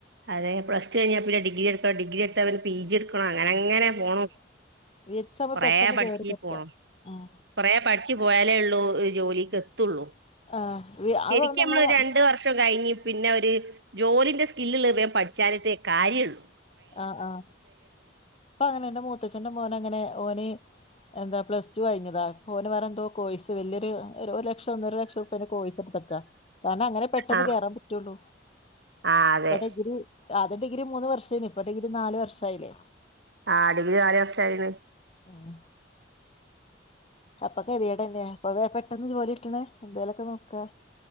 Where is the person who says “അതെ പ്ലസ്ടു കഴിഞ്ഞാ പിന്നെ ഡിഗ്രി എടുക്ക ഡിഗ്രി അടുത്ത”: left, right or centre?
Right